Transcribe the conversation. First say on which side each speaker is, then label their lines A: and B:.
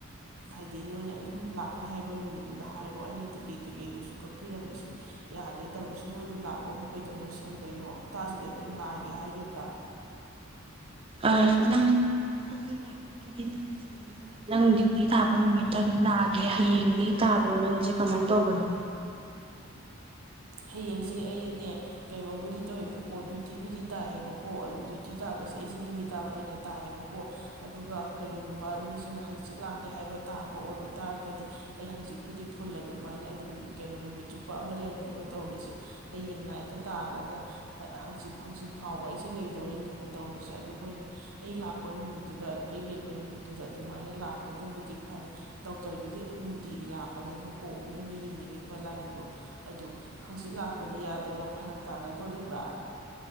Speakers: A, on the right (about 85°); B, on the right (about 25°).
A: ꯍꯥꯏꯗꯤ ꯅꯣꯏꯅ ꯑꯗꯨꯝ ꯂꯥꯛꯅꯤ ꯍꯥꯏꯕ ꯅꯨꯃꯤꯠꯇꯨꯗ ꯍꯥꯏꯔꯣ ꯑꯩꯅ ꯇꯤꯛꯀꯦꯠ ꯀꯩꯀꯩꯗꯨꯁꯨ ꯀꯛ ꯄꯤꯔꯝꯕꯁꯨ ꯌꯥꯗꯦ ꯇꯧꯔꯤꯁꯤ ꯅꯣꯏꯕꯨ ꯂꯥꯛꯄꯕꯨ ꯀꯩꯗꯧꯉꯩ ꯁꯪꯗꯣꯏꯅꯣ ꯍꯞꯇꯥꯁꯤꯗ ꯑꯗꯨꯝ ꯂꯥꯛꯑꯒꯦ ꯍꯥꯏꯔꯤꯕ꯭ꯔꯥ
B: ꯑ ꯅꯪ ꯑꯩꯈꯣꯏ ꯂꯥꯛꯄꯒꯤꯗꯤ ꯅꯪꯅ ꯁꯪꯕ ꯅꯪ ꯗ꯭ꯌꯨꯇꯤ ꯇꯥꯕ ꯅꯨꯃꯤꯠꯇ ꯑꯗꯨꯝ ꯂꯥꯛꯑꯒꯦ ꯍꯌꯦꯡꯗꯤ ꯇꯥꯕ꯭ꯔꯣ ꯅꯪꯁꯦ ꯀꯃꯥꯏꯅ ꯇꯧꯕꯅꯣ
A: ꯍꯌꯦꯡꯁꯦ ꯑꯩꯅꯦ ꯀꯩꯅꯣꯕꯨꯗꯤ ꯇꯧꯋꯦꯕꯀꯣ ꯗ꯭ꯌꯨꯇꯤꯕꯨꯗꯤ ꯇꯥꯏꯌꯦꯕꯀꯣ ꯑꯗꯨ ꯗ꯭ꯌꯨꯇꯤ ꯇꯥꯕꯁꯦ ꯑꯩꯁꯦ ꯅꯨꯃꯤꯗꯥꯡ ꯑꯣꯏꯅ ꯇꯥꯏꯌꯦꯕꯀꯣ ꯑꯗꯨꯒ ꯀꯔꯤꯒꯨꯝꯕ ꯅꯣꯏꯁꯤꯅ ꯍꯪꯆꯤꯠ ꯂꯥꯛꯀꯦ ꯍꯥꯏꯕ ꯇꯥꯕ ꯑꯣꯏ ꯇꯥꯔꯒꯗꯤ ꯑꯩ ꯍꯪꯆꯤꯠꯄꯨꯗꯤ ꯐꯨꯜ ꯑꯗꯨꯃꯥꯏꯅ ꯑꯗꯨꯝ ꯀꯩꯅꯣ ꯅꯨꯃꯤꯠ ꯆꯨꯞꯄ ꯑꯃ ꯂꯩꯅꯦꯕ ꯇꯧꯔꯤꯁꯦ ꯍꯌꯦꯡ ꯅꯥꯏꯠꯇꯥ ꯇꯥꯔꯒ ꯍꯪꯆꯤꯠ ꯍꯪꯆꯤꯠ ꯐꯥꯎꯕ ꯑꯩꯁꯦ ꯂꯩꯗꯣꯔꯤꯅꯦꯕ ꯇꯧꯔꯤꯁꯦ ꯑꯗꯨ ꯍꯣꯏꯅꯦ ꯑꯩ ꯂꯥꯛꯄ ꯅꯨꯃꯤꯠꯇꯨꯗ ꯑꯩ ꯂꯩꯕ ꯅꯨꯃꯤꯠꯇꯨꯗ ꯑꯗꯨꯃꯥꯏꯅ ꯂꯥꯛꯄꯗꯕꯨꯗꯤ ꯐꯔꯦ ꯗꯣꯛꯇꯔꯒꯤꯗꯤ ꯑꯗꯨꯝ ꯅꯨꯡꯇꯤꯒꯤ ꯂꯥꯛꯄꯅꯦꯕꯀꯣ ꯅꯣꯏꯅ ꯌꯦꯡꯅꯤꯡꯉꯤꯕ ꯂꯥꯏꯟꯗꯣ ꯑꯗꯨ ꯍꯪꯆꯤꯠ ꯂꯥꯛꯄꯗꯤ ꯌꯥꯗꯣꯏꯔꯥ ꯐꯔꯛ ꯇꯥꯅꯗꯣꯔꯤꯕ꯭ꯔꯥ